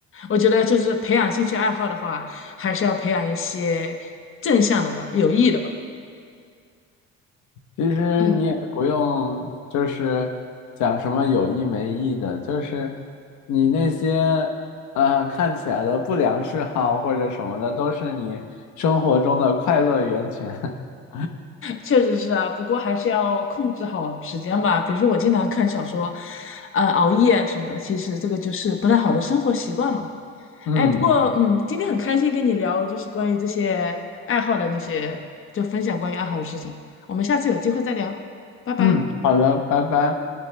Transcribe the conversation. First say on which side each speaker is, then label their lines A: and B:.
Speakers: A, on the left; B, on the left.
A: 我觉得就是培养兴趣爱好的话，还是要培养一些正向的吧，有益的吧。
B: 其实你也不用就是讲什么有意没意的，
A: 嗯，
B: 就是你那些呃看起来的不良嗜好或者什么的，都是你生活中的快乐源泉。<laughs>
A: 确实是啊，不过还是要控制好时间吧。比如说我经常看小说，呃，熬夜什么的，其实这个就是不太好的生活习惯嘛。
B: 嗯
A: 哎，不过嗯，今天很开心跟你聊，就是关于这些爱好的那些，就分享关于爱好的事情。我们下次有机会再聊，拜拜。
B: 嗯，好的，拜拜。